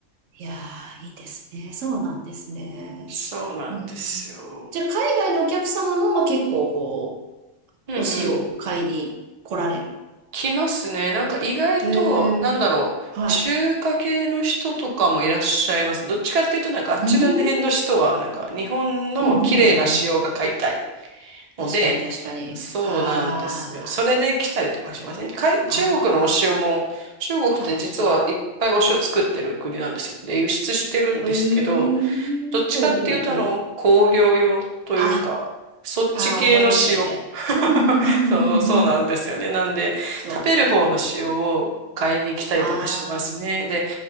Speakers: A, on the right; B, on the right.
A: いやー、いいですね。そうなんですね。
B: そうなんですよ。
A: うん。じゃあ、海外のお客様も、まあ、結構、こ
B: うん
A: う、お塩を買いに来られる。
B: 来ますね。なんか意外と、
A: へえ、
B: なんだろう、
A: はい。
B: 中華系の人とかもいらっしゃいます。どっちかっていうと、なんかあちら辺の人は、
A: うん、
B: なんか日本の綺麗な塩が買いたい
A: うん、うん、うん。
B: ので、
A: 確かに、確かに。
B: そうなんですよ。
A: あ
B: それで来たりとかしません。かい中国のお塩も、
A: あ、あ
B: 中国って実はいっぱいお塩作ってる国なんですよ。
A: あ、はい。
B: で、輸出してるんですけど、
A: へえ、
B: どっちかっていうと、
A: ほうほうほう。
B: あの、工業用というか、
A: あ、
B: そっち系の塩。
A: ああ、思いました、それ。
B: <laughs>
A: うん、うん、うん、
B: そう、
A: うん、
B: そうなんですよね。
A: うん。
B: なんで、
A: そう。
B: 食べる方の塩を買いに来たりとかしてますね。
A: あ
B: で、